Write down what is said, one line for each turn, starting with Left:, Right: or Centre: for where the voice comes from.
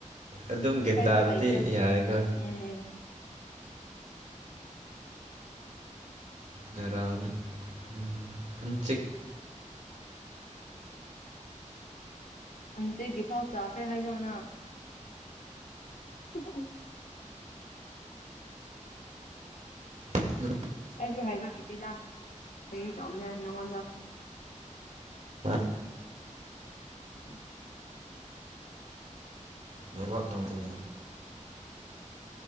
Right: ꯑꯗꯨꯝ ꯒ꯭ꯌꯥꯟ
Left: ꯑꯩꯁꯨ
Right: ꯇꯥꯔꯗꯤ
Left: ꯍꯥꯏꯒꯦ
Right: ꯌꯥꯔꯦꯀꯣ
Left: ꯎꯝ
Right: ꯉꯔꯥꯡ ꯎꯝ ꯍꯪꯆꯤꯛ
Left: ꯍꯪꯆꯦꯒꯤꯐꯥꯎ ꯆꯥꯈ꯭ꯔꯦ ꯍꯥꯏꯕ꯭ꯔꯣ ꯅꯪ <unintelligible>
Right: <unintelligible>
Left: ꯑꯩꯁꯨ ꯍꯥꯏꯕ ꯍꯇꯦꯗ ꯀ ꯇꯣꯝꯅꯦ ꯅꯉꯣꯟꯗ
Right: ꯑ
Left: <inaudible>
Right: ꯅꯦꯠꯋꯥꯛ ꯉꯝꯖꯅꯤꯡꯉꯩ